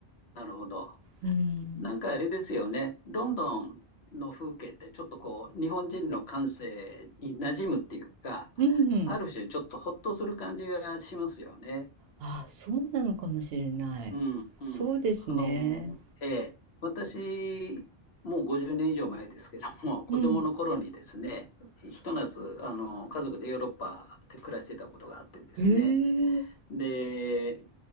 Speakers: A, on the left; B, on the right.
A: なるほど。
B: うん、
A: なんかあれですよね。ロンドンの風景ってちょっとこう、日本人の感性に馴染むっていうか、
B: うん、
A: ある種ちょっとほっとする感じがしますよね。
B: あ、そうなのかもしれない。
A: うん、うん。
B: そうですね。
A: あの、ええ、私、もう50年以上前ですけども、<laughs> 子供の頃にですね、
B: うん。
A: ひと夏、あの、家族でヨーロッパで暮らしてたことがあってですね、
B: へえ、
A: で、